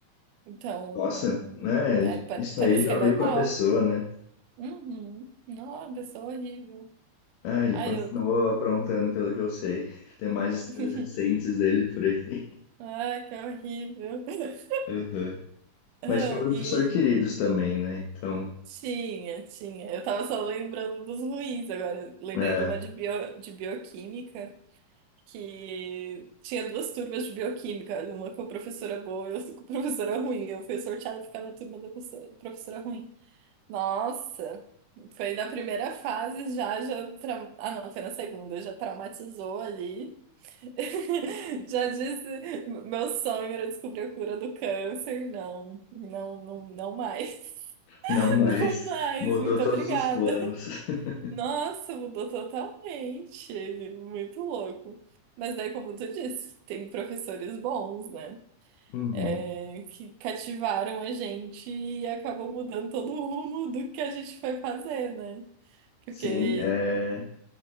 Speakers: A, on the right; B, on the left.
A: Então,
B: Nossa, né?
A: é, pa-
B: Isso
A: parece
B: aí já
A: que é normal.
B: veio com a pessoa, né?
A: Uhum. Não, pessoa horrível.
B: Ah, ele
A: Ai,
B: continuou
A: eu.
B: aprontando, pelo que eu sei. Tem mais
A: <laughs>
B: histórias recentes dele por aí.
A: Ai, que horrível. <laughs>
B: <laughs> Aham.
A: Não,
B: Mas tinha professor
A: e
B: queridos também, né? Então,
A: tinha, tinha. Eu tava só lembrando dos ruins agora. Lembrei
B: é,
A: de uma de, bio, de bioquímica, que tinha duas turmas de bioquímica, uma com a professora boa e outra com <laughs> a professora ruim. Eu fui sorteada pra ficar na turma da professora professora ruim. Nossa, foi na primeira fase já, já trau- ah não, foi na segunda, já traumatizou ali. <laughs> Já disse, meu sonho era descobrir a cura do câncer. Não, não, não, não mais.
B: não
A: <laughs>
B: mais.
A: Não mais,
B: Mudou
A: muito
B: todos
A: obrigada.
B: os planos. <laughs>
A: Nossa, mudou totalmente. Muito louco. Mas daí, como tu disse, tem professores bons, né?
B: Uhum.
A: É, que cativaram a gente e acabou mudando todo o rumo do que a gente foi fazer, né? Porque.
B: Sim, é.